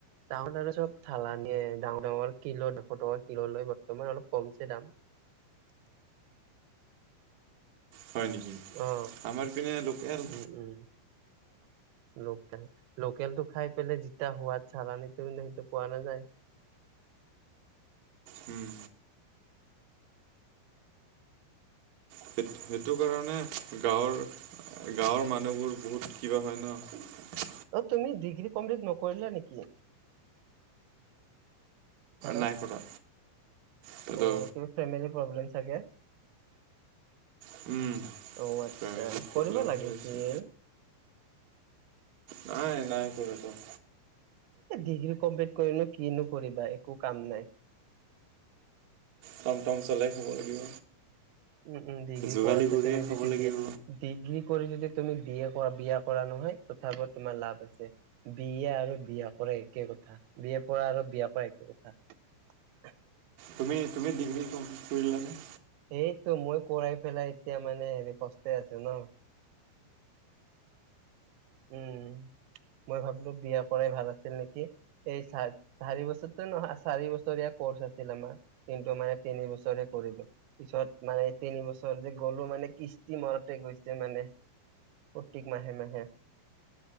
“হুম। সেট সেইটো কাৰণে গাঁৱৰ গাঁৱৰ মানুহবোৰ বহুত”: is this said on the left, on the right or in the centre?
Right